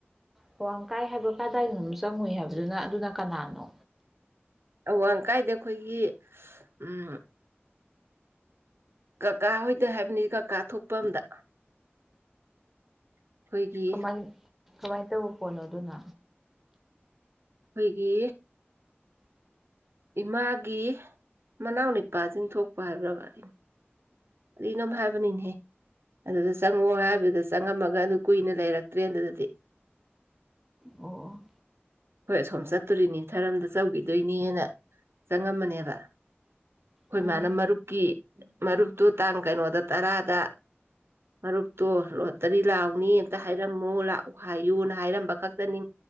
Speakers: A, in the centre; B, on the right (about 70°).
A: ꯑꯥꯋꯥꯡ ꯀꯥꯏ ꯍꯥꯏꯕ ꯀꯗꯥꯏꯅꯣ ꯆꯪꯉꯨꯏ ꯍꯥꯏꯕꯗꯨꯅ ꯑꯗꯨꯅ ꯀꯅꯥꯅꯣ
B: ꯑꯋꯥꯡ ꯀꯥꯏꯗ ꯑꯩꯈꯣꯏꯒꯤ ꯎꯝ ꯀꯀꯥ ꯍꯣꯏꯗ ꯍꯥꯏꯕꯅꯤ ꯀꯀꯥ ꯊꯣꯛꯄ ꯑꯝꯗ ꯑꯩꯈꯣꯏꯒꯤ
A: ꯀꯃꯥꯏ ꯀꯃꯥꯏꯅ ꯇꯧꯕ ꯄꯣꯠꯅꯣ ꯑꯗꯨꯅ
B: ꯑꯩꯈꯣꯏꯒꯤ ꯏꯃꯥꯒꯤ ꯃꯅꯥꯎ ꯅꯨꯅꯤꯄꯥꯁꯤꯡ ꯊꯣꯛꯄ ꯍꯥꯏꯕ꯭ꯔꯥ ꯋꯥꯔꯤꯅꯤ ꯑꯗꯨꯅꯣꯝ ꯍꯥꯏꯕꯅꯤꯅꯦꯍꯦ ꯑꯗꯨꯗ ꯆꯪꯉꯛꯑꯣ ꯍꯥꯏꯕꯗꯨꯗ ꯆꯪꯉꯝꯃꯒ ꯑꯗꯨ ꯀꯨꯏꯅ ꯂꯩꯔꯛꯇ꯭ꯔꯦ ꯑꯗꯨꯗꯗꯤ
A: ꯑꯣ
B: ꯍꯣꯏ ꯑꯁꯣꯝ ꯆꯠꯇꯣꯔꯤꯅꯤ ꯊꯔꯝꯗ ꯆꯧꯈꯤꯗꯣꯏꯅꯤꯅ ꯆꯪꯉꯝꯕꯅꯦꯕ ꯑꯩꯈꯣꯏ
A: ꯎꯝ
B: ꯃꯥꯅ ꯃꯔꯨꯞꯀꯤ ꯃꯔꯨꯞꯇꯨ ꯇꯥꯡ ꯀꯩꯅꯣꯗ ꯇꯔꯥꯗ ꯃꯔꯨꯞꯇꯣ ꯔꯣꯠꯇꯔꯤ ꯂꯥꯛꯑꯣꯅꯤ ꯑꯝꯛꯇ ꯍꯥꯏꯔꯝꯃꯨ ꯂꯥꯛꯎ ꯍꯥꯏꯌꯨꯅ ꯍꯥꯏꯔꯝꯕ ꯈꯛꯇꯅꯤ